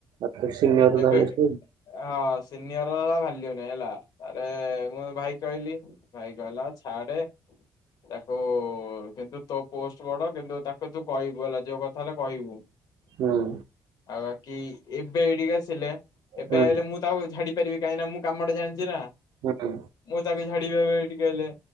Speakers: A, on the right (about 70°); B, on the left (about 60°).
A: ଆ ତ ସିନିୟର
B: ଏବେ
A: ତାହେଲେ।
B: ହଁ ସିନିୟର ଭାଲ୍ୟୁ ନାହିଁ ହେଲା ତାପରେ ମୁଁ ଭାଇ କହିଲି ଭାଇ କହିଲା ଛାଡେ ତାକୁ କିନ୍ତୁ ତୋ ପୋଷ୍ଟ ବଡ କିନ୍ତୁ ତାକୁ ତୁ କହିବୁ ହେଲା ଯୋଉ କଥା ହେଲା କହିବୁ। ଆଉ
A: ହୁଁ
B: ବାକି ଏବେ ଏଠିକି ଆସିଲେ ଏବେ
A: ହୁଁ
B: ଆଇଲେ ମୁଁ ତାକୁ ଝାଡିି ପାରିବି କାହିଁକି ନା ମୁଁ କାମଟା ଜାଣିଛି ନା
A: ହୁଁ।
B: ମୁଁ ତାକୁ ଝାଡି ହଲେ